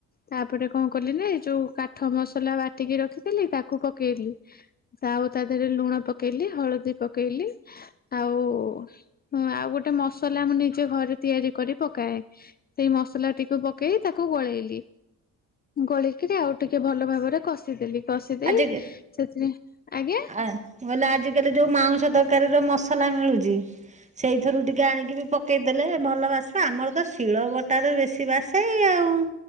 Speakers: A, on the left; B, on the right.
A: ତାପରେ କଣ କଲି ନା ଏ ଯୋଉ କାଠ ମସଲା ବାଟିକି ରଖିଥିଲି ତାକୁ ପକେଇଲି। ହଁ ଆଉ ତା ଦେହରେ ଲୁଣ ପକେଇଲି, ହଳଦୀ ପକେଇଲି, ଆଉ-ଉ-ଉ-ଉ-ଉ ଆଉ ଗୋଟେ ମସଲା ମୁଁ ନିଜ ଘରେ ତିଆରି କରି ପକାଏ। ସେଇ ମସଲା ଟିକୁ ପକେଇ ତାକୁ ଗୋଳେଇଲି। ଗୋଳିକିରି ଆଉ ଟିକେ ଭଲ ଭାବରେ କଷିଦେଲି କଷି ଦେଇ
B: ଆଜି
A: ସେଥିରେ ଆଜ୍ଞା
B: ଆ ବୋଲେ ଆଜି କାଲି ଯୋଉ ମାଉଁସ ତରକାରୀ ର ମସଲା ମିଳୁଛି ସେଇଥିରୁ ଟିକେ ଆଣିକି ବି ପକେଇ ଦେଲେ ଭଲ ବାସିବ। ଆମର ତ ଶିଳ ବଟାରେ ବେଶୀ ବାସେ-ଏ ଆଉ।